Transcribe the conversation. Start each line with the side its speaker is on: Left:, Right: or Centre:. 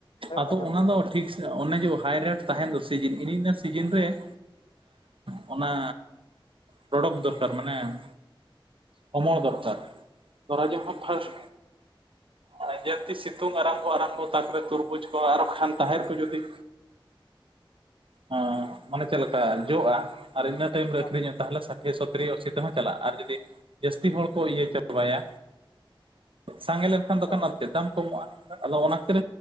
Left: ᱰᱷᱮᱨ
Right: ᱟᱫᱚ
Left: ᱠᱚ ᱧᱟᱢ
Right: ᱚᱱᱟ
Left: ᱜᱮᱭᱟ᱾
Right: ᱫᱚ ᱴᱷᱤᱠ ᱚᱱᱮ ᱡᱮ ᱦᱟᱭᱨᱮᱴ ᱛᱟᱦᱮᱱ ᱫᱚ ᱥᱤᱡᱤᱱ ᱤᱱᱤ ᱤᱱᱟᱹ ᱥᱤᱡᱤᱱ ᱨᱮ ᱦᱮᱸ ᱚᱱᱟ ᱯᱚᱨᱚᱰ‌ ᱫᱚᱨᱠᱟᱨ ᱢᱟᱱᱮ ᱚᱢᱚᱞ ᱫᱚᱨᱠᱟᱨ ᱫᱚᱨᱟᱡᱟ ᱦᱚᱸ
Left: ᱦᱮᱸ
Right: ᱯᱷᱟᱥᱴ <unintelligible> ᱥᱤᱛᱩᱝ ᱟᱨᱟᱢᱵᱷᱚ ᱟᱨᱟᱢᱵᱷᱚ ᱛᱟᱠᱚᱨᱮ ᱛᱩᱨᱵᱩᱡᱽ ᱠᱚ ᱟᱨᱚ ᱠᱷᱟᱱ ᱛᱟᱦᱮᱨ ᱠᱚ ᱡᱩᱫᱤ ᱦᱮᱸ ᱢᱟᱱᱮ ᱪᱮᱫᱞᱮᱠᱟ ᱡᱚᱜᱼᱟ ᱟᱨ ᱤᱱᱟᱹ ᱴᱟᱭᱤᱢ ᱨᱮ
Left: ᱦᱮᱸ
Right: ᱟᱹᱠᱷᱨᱤᱧ ᱛᱟᱦᱚᱞᱮ ᱥᱟᱴᱷᱤ ᱥᱚᱛᱨᱤ ᱟᱥᱤ ᱛᱮᱦᱚᱸ ᱪᱟᱞᱟᱜᱼᱟ ᱟᱨ ᱡᱩᱫᱤ ᱡᱟᱹᱥᱛᱤ ᱦᱚᱲ ᱠᱚ ᱤᱭᱟᱹ ᱪᱟᱵᱟᱭᱟ ᱥᱟᱸᱜᱮ ᱞᱮᱱᱠᱷᱟᱱ ᱫᱚᱠᱷᱟᱱᱛᱮ
Left: ᱦᱮᱸ
Right: ᱫᱟᱢ ᱠᱚᱢᱚᱜᱼᱟ ᱟᱫᱚ ᱚᱱᱟ ᱠᱷᱟᱹᱛᱤᱨ